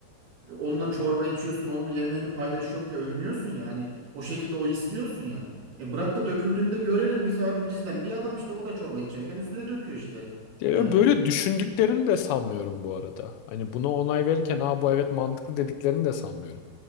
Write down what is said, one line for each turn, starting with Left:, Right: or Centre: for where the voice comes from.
Right: e, onunla çorba içiyorsun onun yemeğini paylaşıyorum diye övünüyorsun ya hani o şekilde o istiyorsun ya. E bırak da döküldüğünü de görelim biz abi bizden bir adam işte o da çorba içerken üstüne döküyor işte.
Left: Ya
Right: Yani
Left: Böyle düşündüklerini de sanmıyorum bu arada. Hani buna onay verirken ha bu evet mantıklı dediklerini de sanmıyorum.